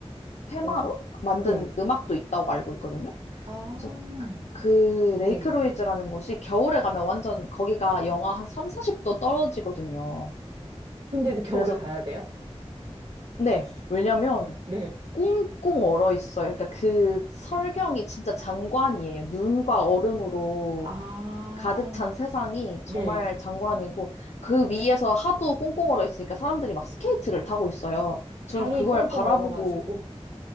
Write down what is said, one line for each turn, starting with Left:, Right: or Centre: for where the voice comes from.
Left: 테마로
Right: 오,
Left: 만든
Right: 네,
Left: 음악도 있다고 알고 있거든요.
Right: 아,
Left: 그래서 그
Right: 네,
Left: 레이크 루이즈라는 곳이 겨울에 가면 완전 거기가 영하 한 3, 40도 떨어지거든요.
Right: 근데 이제 겨울에
Left: 그래서
Right: 가야 돼요?
Left: 네, 왜냐면
Right: 네.
Left: 꽁꽁 얼어 있어요. 그러니까 그 설경이 진짜 장관이에요. 눈과 얼음으로
Right: 아,
Left: 가득 찬 세상이
Right: 네,
Left: 정말 장관이고 그 위에서 하도 꽁꽁 얼어 있으니까 사람들이 막 스케이트를 타고 있어요. 저는
Right: 강이
Left: 그걸
Right: 꽁꽁
Left: 바라보고
Right: 얼어가지고.